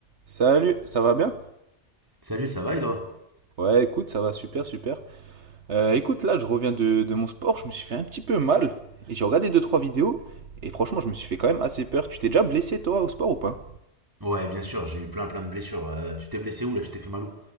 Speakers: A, on the right; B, on the right.
A: Salut, ça va bien?
B: Salut, ça va et toi?
A: Ouais, écoute, ça va super, super. Euh, écoute, là, je reviens de, de mon sport, je me suis fait un petit peu mal. Et j'ai regardé deux trois vidéos, et franchement, je me suis fait quand même assez peur. Tu t'es déjà blessé, toi, au sport ou pas?
B: Ouais, bien sûr, j'ai eu plein plein de blessures. Euh, tu t'es blessé où là? Je t'ai fait mal où?